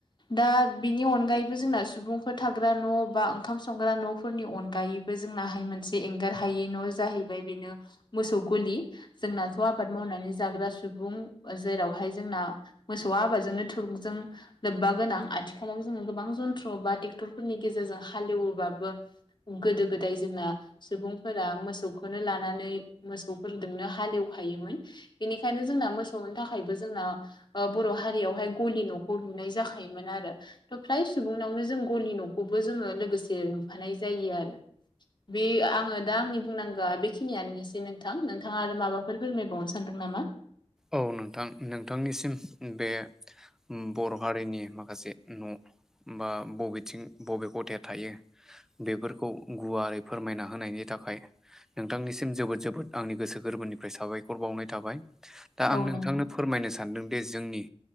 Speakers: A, on the left; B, in the centre.
A: दा बिनि अनगायैबो जोंना सुबुंफोर थाग्रा न' बा ओंखाम संग्रा न'फोरनि अनगायै जोंनाहाय मोनसे एंगार हायै न' जाहैबाय बेनो मोसौ गलि जोंनाथ' आबाद मावनानै जाग्रा सुबुं जेरावहाय जोंना मोसौआ आबादजोंनो थोंजों लोब्बा गोनां आथिखालाव जोङो गोबां जन्थ्र बा ट्रेक्टरफोरनि गेजेरजों हालेवोबाबो गोदो गोदाय जोंना सुबुंफोरा मोसौखौनो लानानै मोसौफोरजोंनो हालेवखायोमोन बेनिखायनो जोंना मोसौनि थाखायबो जोंना बर' हारियावहाय गलि न'खौ लुनाय जाखायोमोन आरो थ' फ्राय सुबुंनावनो जों गलि न'खौबो जोङो लोगोसे नुफानाय जायो आरो बे आङो दा आंनि बुंनांगौआ बेखिनियानोसै नोंथां नोंथाङा आरो माबाफोर फोरमायबावनो सानदों नामा
B: औ नोंथां नोंथांनिसिम बे बर' हारिनि माखासे न' बा बबेथिं बबे खथाया थायो बेफोरखौ गुवारै फोरमायना होनायनि थाखाय नोंथांनिसिम जोबोद जोबोद आंनि गोसो गोरबोनिफ्राय साबायखर बावनाय थाबाय। दा
A: औ
B: आं नोंथांनो
A: नोंथां
B: फोरमायनो सानदों दि जोंनि